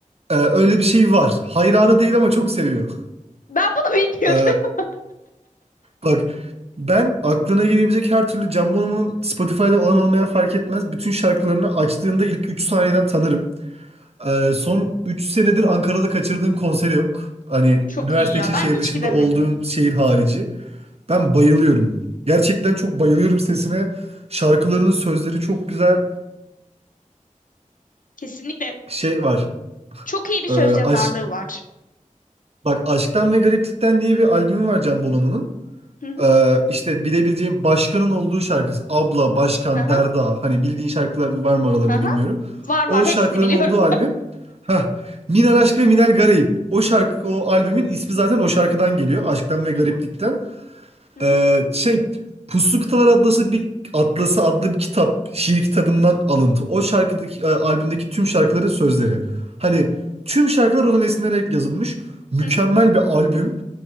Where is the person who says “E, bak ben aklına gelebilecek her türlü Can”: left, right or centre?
Right